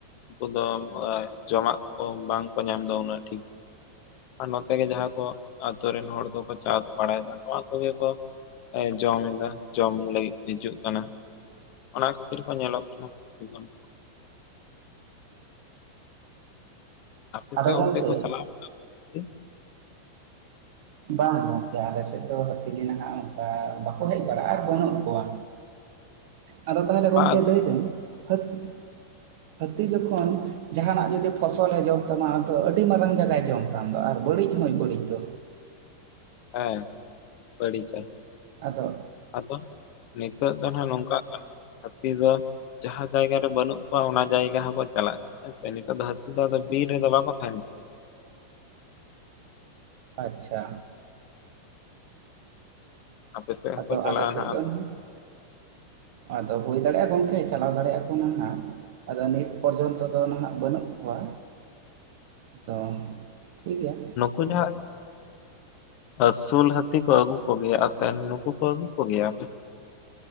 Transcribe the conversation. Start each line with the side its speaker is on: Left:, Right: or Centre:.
Left: ᱩᱱᱠᱩ ᱫᱚ ᱮ ᱡᱚᱢᱟᱜ ᱠᱚ ᱵᱟᱝᱠᱩ ᱧᱟᱢᱫᱟ ᱩᱱᱟᱹᱜ ᱴᱷᱤᱠ᱾ ᱟᱨ ᱱᱚᱛᱮ ᱜᱮ ᱡᱟᱦᱟᱸ ᱠᱚ ᱟᱛᱳ ᱨᱮᱱ ᱦᱚᱲ ᱠᱚᱠᱚ ᱪᱟᱥ ᱵᱟᱲᱟᱭᱮᱫᱟ ᱱᱚᱣᱟ ᱠᱚᱜᱮ ᱠᱚ ᱮ ᱡᱚᱢ ᱮᱫᱟ ᱡᱚᱢ ᱞᱟᱹᱜᱤᱫ ᱦᱤᱡᱩᱜ ᱠᱟᱱᱟ᱾ ᱚᱱᱟ ᱠᱷᱟᱹᱛᱤᱨ ᱠᱚ ᱧᱮᱞᱚᱜ ᱠᱟᱱᱟ ᱟᱰᱤ ᱜᱟᱱ ᱟᱯᱮ
Right: ᱟᱫᱚ
Left: ᱥᱮ
Right: ᱜᱚᱢᱠᱮ
Left: ᱚᱱᱛᱮ ᱠᱚ ᱪᱟᱞᱟᱣ ᱵᱟᱲᱟᱜ
Right: ᱵᱟᱝ ᱜᱚᱝᱠᱮ ᱟᱞᱮᱥᱮᱫ ᱫᱚ ᱦᱟᱹᱛᱤ ᱜᱮ ᱱᱟᱦᱟᱜ ᱚᱝᱠᱟ ᱵᱟᱠᱚ ᱦᱮᱡ ᱵᱟᱲᱟᱜᱼᱟ, ᱟᱨ ᱵᱟᱹᱱᱩᱜ ᱠᱚᱣᱟ᱾ ᱟᱫᱚ ᱛᱟᱦᱚᱞᱮ
Left: ᱵᱟ
Right: ᱜᱚᱢᱠᱮ ᱞᱟᱹᱭᱫᱟᱹᱧ ᱦᱟᱹᱛᱤ ᱦᱟᱹᱛᱤ ᱡᱚᱠᱷᱚᱱ ᱡᱟᱦᱟᱱᱟᱜ ᱡᱩᱫᱤ ᱯᱷᱚᱥᱚᱞᱮ ᱡᱚᱢ ᱛᱟᱢᱟ, ᱟᱫᱚ ᱟᱹᱰᱤ ᱢᱟᱨᱟᱝ ᱡᱟᱜᱟᱭ ᱡᱚᱢ ᱛᱟᱢ ᱫᱚ ᱟᱨ ᱵᱟᱹᱲᱤᱡ ᱦᱚᱸᱭ ᱵᱟᱹᱲᱤᱡ ᱫᱚ᱾
Left: ᱦᱮᱸ ᱵᱟᱹᱲᱤᱡᱟᱭ᱾
Right: ᱟᱫᱚ
Left: ᱟᱫᱚ ᱱᱤᱛᱚᱜ ᱫᱚ ᱦᱟᱸᱜ ᱱᱚᱝᱠᱟᱜ ᱠᱟᱱᱟ ᱦᱟᱹᱛᱤ ᱫᱚ ᱡᱟᱦᱟᱸ ᱡᱟᱭᱜᱟ ᱨᱮ ᱵᱟᱹᱱᱩᱜ ᱠᱚᱣᱟ ᱚᱱᱟ ᱡᱟᱭᱜᱟ ᱦᱚᱸᱠᱚ ᱪᱟᱞᱟᱜ᱾ ᱦᱮᱸᱥᱮ ᱱᱤᱛᱚᱜ ᱫᱚ ᱦᱟᱹᱛᱤ ᱫᱚ ᱵᱤᱨ ᱨᱮ ᱫᱚ ᱵᱟᱠᱩ ᱛᱟᱦᱮᱱ᱾
Right: ᱟᱪᱪᱷᱟ
Left: ᱟᱯᱮ ᱥᱮᱫ ᱦᱚᱸᱠᱚ
Right: ᱟᱫᱚ
Left: ᱪᱟᱞᱟᱜᱼᱟ
Right: ᱟᱞᱮ ᱥᱮᱫ
Left: ᱱᱟᱜ
Right: ᱫᱚ
Left: ᱟᱫᱚ
Right: ᱱᱟᱦ ᱟᱫᱚ ᱦᱩᱭ ᱫᱟᱲᱮᱭᱟᱜᱼᱟ ᱜᱚᱢᱠᱮ, ᱪᱟᱞᱟᱣ ᱫᱟᱲᱮᱜᱼᱟ ᱠᱚ ᱱᱟᱦᱟᱸᱜ᱾ ᱟᱫᱚ ᱱᱤᱛ ᱯᱚᱨᱡᱚᱱᱛᱚ ᱫᱚ ᱱᱟᱦᱟᱜ ᱵᱟᱹᱱᱩᱜ ᱠᱚᱣᱟ, ᱟᱫᱚ ᱴᱷᱤᱠ ᱜᱮᱭᱟ᱾
Left: <unintelligible> ᱟᱹᱥᱩᱞ ᱦᱟᱹᱛᱤ ᱠᱚ ᱟᱹᱜᱩ ᱠᱚᱜᱮᱭᱟ ᱟᱥᱮᱱ ᱱᱩᱠᱩ ᱠᱚ ᱟᱹᱜᱩ ᱠᱚᱜᱮᱭᱟ ᱟᱯᱮ